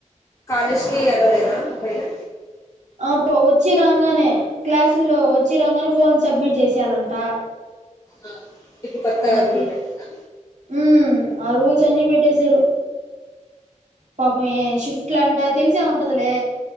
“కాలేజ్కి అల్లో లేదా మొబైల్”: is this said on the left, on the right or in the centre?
Left